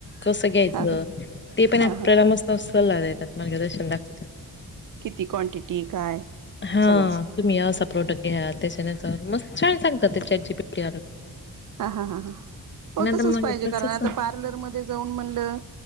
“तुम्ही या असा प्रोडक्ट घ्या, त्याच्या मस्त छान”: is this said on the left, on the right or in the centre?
Left